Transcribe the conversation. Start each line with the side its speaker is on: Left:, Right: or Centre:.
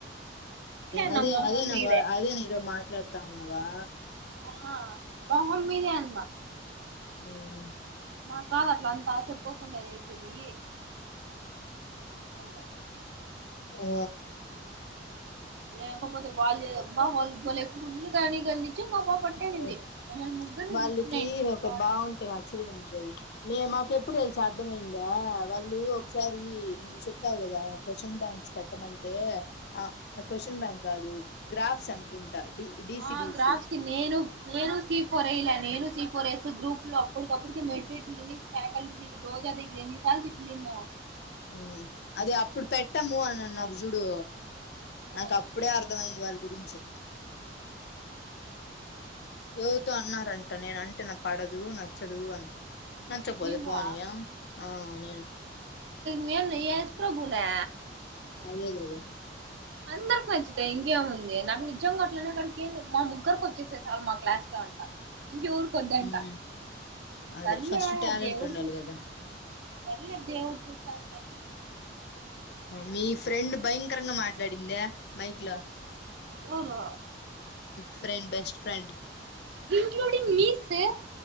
Right: అన్నా
Left: అదే
Right: మొహం
Left: అదే నా
Right: మీదే
Left: వా అదే న ఏదో మాట్లాడుతా ఉ అవా
Right: ఆ ఆ హ మీదే అన్న
Left: హ్మ్
Right: మా కాదు అట్ల అంతా చెప్పుకోకుండా చేసేది అలా
Left: ఆ
Right: లేకపోతే వాళ్ళు మా వాల్ బలే కుళ్ళు కానీ గల్లీ నిజంగా ఆ పాప అట్టే అనింది
Left: ఆ.
Right: మమ్మల్ని ముగ్గురిని
Left: వాళ్ళకి
Right: తీసుకునేయండి సార్
Left: ఒకరు
Right: ప్రోడక్ట్
Left: బాగుంటే
Right: బేస్డ్
Left: నచ్చలేము
Right: కి
Left: రోజు మే మాకు ఎప్పుడు తెలుస అర్థమయింది వాళ్ళు ఒకసారి నువ్వు చెప్పావు కదా క్వశ్చన్ బ్యాంక్స్ పెట్టమంటే ఆ క్వశ్చన్ బ్యాంక్ కాదు గ్రాఫ్స్ అనుకుంటా డిసి
Right: ఆ
Left: డిసి
Right: గ్రాఫ్స్ కి నేను నేను సి ఫోరే య్యాలె నేను సి ఫోర్ ఎస్ గ్రూప్ లో అప్పటికప్పుటిక మెట్ ఎట్లు తిని ఫ్యాకల్టీ రోజ్ అ సార్ దగ్గర ఎన్ని సార్లు తిట్లు తిన్యవ్
Left: హ్మ్ అది అప్పుడు పెట్టము అని అన్నారు జుడు నాకు
Right: ఆ
Left: అప్పుడే అర్థమయింది వాళ్ళు గురించి ఎవరితో అన్నారంటనే నేనంటే నా పడదు నచ్చదు అని నచ్చకపోతే
Right: నువ్వా
Left: పోనియా ఆ నేను
Right: నేనేన్నా ఏసు ప్రభు నా
Left: అదేగద
Right: అందరికి నచ్చితే ఇంకేముంది నాకు నిజంగా అట్లనే అక్కడికి ఏ మా ముగ్గురికి వచ్చేసే సాల్ మా క్లాస్ లో అంట ఇంకెవరికి వద్దంట
Left: ఉమ్ అదే
Right: సర్లే
Left: ఫస్ట్ టాలెంట్
Right: దేవుడు
Left: ఉండాలి
Right: చూస్
Left: కదా
Right: సర్లే దేవుడు చూస్తాంట
Left: మీ ఫ్రెండ్ భయంకరంగా మాట్లాడిందా మైక్లో
Right: ఎవరు
Left: ఫ్రెండ్ బెస్ట్ ఫ్రెండ్
Right: ఇంక్లూడింగ్ మీ సార్